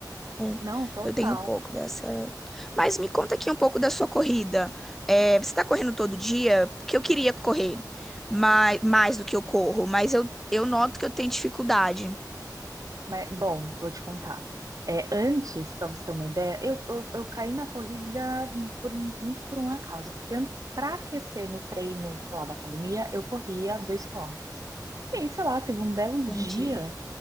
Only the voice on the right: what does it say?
Não, total.
Mas, bom, vou te contar. É, antes, para você ter uma ideia, eu, eu, eu caí na corrida por- muito por um acaso, porque antes, para aquecer no treino, sei lá, da academia, eu corria dois quilômetros. E aí, sei lá, teve um belo
dia.